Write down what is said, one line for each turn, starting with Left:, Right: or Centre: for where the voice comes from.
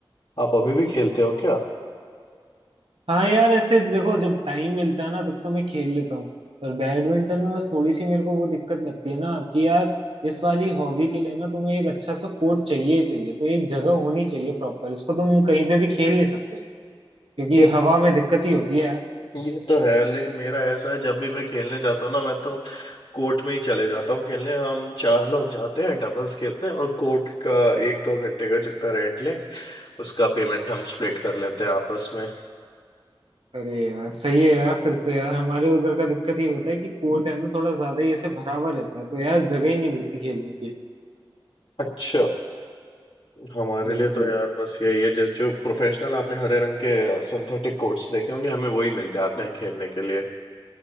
Left: आप अभी भी खेलते हो क्या
Right: हाँ यार ऐसे देखो जब टाइम मिलता है ना तब तो मैं खेल लेता हूँ पर बैडमिंटन में बस थोड़ी सी मेरे को वो दिक्कत लगती है ना कि यार इस वाली हॉबी के लिए ना तुम्हें एक अच्छा सा कोर्ट चाहिए ही चाहिए तो एक जगह होनी चाहिए प्रॉपर इसको तुम कहीं पे भी खेल नहीं सकते क्योंकि
Left: ये
Right: हवा में दिक्कत ही होती है
Left: ये तो है लेकिन मेरा ऐसा है जब भी मैं खेलने जाता हूँ ना मैं तो कोर्ट में ही चले जाता हूँ खेलने हम चार लोग जाते हैं डबल्स खेलते हैं और कोर्ट का एक दो घंटे का जितना रेंट लें उसका पेमेंट हम स्प्लिट कर लेते हैं आपस में
Right: अरे यार सही है यार फिर तो यार हमारे उधर का दिक्कत ही होता है कि कोर्ट है ना थोड़ा ज्यादा ही ऐसे भरा हुआ रहता है तो यार जगह ही नहीं मिलती खेलने की
Left: अच्छा हमारे
Right: बिल्कुल
Left: लिए तो यार बस यही है जैसे जो प्रोफेशनल आपने हरे रंग के सिंथेटिक कोर्ट्स देखे होंगे हमें वही मिल जाते हैं खेलने के लिए